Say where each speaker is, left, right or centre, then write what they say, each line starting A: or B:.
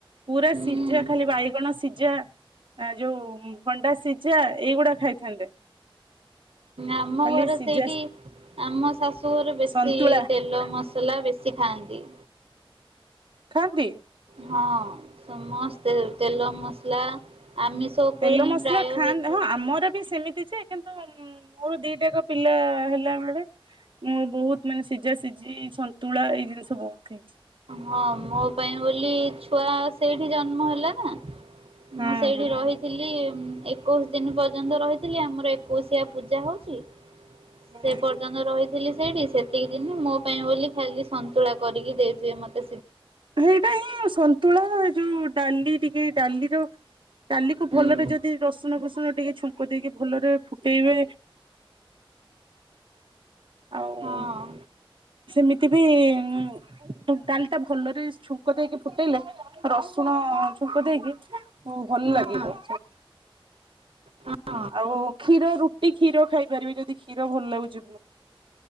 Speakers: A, on the right; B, on the right.
A: ପୁରା
B: ହୁଁ
A: ସିଝା ଖାଲି ବାଇଗଣ ସିଝା ଯୋଉ ଭଣ୍ଡା ସିଝା ଏଇଗୁଡା ଖାଇଥାନ୍ତେ।
B: ଆମ
A: ଖାଲି
B: ଘର
A: ସିଝା
B: ସେଇଠି ଆମ ଶାଶୁ ବେଶୀ
A: ସନ୍ତୁଳା
B: ତେଲ ମସଲା ବେଶୀ ସେ ଖାନ୍ତି।
A: ଖାନ୍ତି
B: ହଁ ସମସ୍ତେ ତେଲ ମସଲା ଆମିଷ ଉପରେ
A: ତେଲ
B: ହିଁ
A: ମସଲା
B: ପ୍ରାୟ
A: ଖାଆନ୍ତି
B: ହେଇଥାଏ
A: ହଁ
B: ସ
A: ଆମର ବି ସେମିତି କିନ୍ତୁ ମୋର ଦିଟାକ ପିଲା ହେଲା ବେଳେ ମୁଁ ବହୁତ ମାନେ ସିଝା ସିଝି ସନ୍ତୁଳା ଏଇ ଜିନିଷ ବହୁତ ଖାଇଛି
B: ହଁ ମୋ ପାଇଁ ବୋଲି ଛୁଆ ସେଇଠି ଜନ୍ମ ହେଲା ନା
A: ହଁ
B: ମୁଁ ସେଇଠି
A: ହଁ।
B: ରହିଥିଲି ଏକୋଇଶି ଦିନ ପର୍ଯ୍ୟନ୍ତ ରହିଥିଲି ଆମର ଏକୋଇଶିଆ ପୂଜା ହଉଛି ସେ
A: ହୁଁ
B: ପର୍ଯ୍ୟନ୍ତ
A: ହୁଁ।
B: ରହିଥିଲି ସେଇଠି ସେତିକି ଦିନିଁ ପାଇଁ ବୋଲି ଖାଲି ସନ୍ତୁଳା କରିକି ଦେଇ ସେ ମତେ
A: ସେଇଟା ହିଁ ସନ୍ତୁଳା ଯୋଉ ଡାଲି କି ଡାଲି ଦ ଡାଲି କୁ ଭଲରେ
B: ହୁଁ
A: ଯଦି ରସୁଣ ଫୁଷଣ ଟିକେ ଛୁଙ୍କ ଦେଇକି ଭଲରେ ଫୁଟେଇବେ ଆଉ
B: ହଁ
A: ସେମିତି ଏ ବି ଡାଲି ଟା ଭଲରେ ଛୁଙ୍କ ଦେଇକି ଫୁଟେଇଲେ ରସ ରସୁଣ ଛୁଙ୍କ ଦେଇକି ଭଲ
B: ହଁ
A: ଲାଗିବ।
B: ହଁ
A: ଆଉ କ୍ଷୀର ରୁଟି କ୍ଷୀର ଖାଇପାରିବି ଯଦି କ୍ଷୀର ଭଲ ଲାଗୁଚି।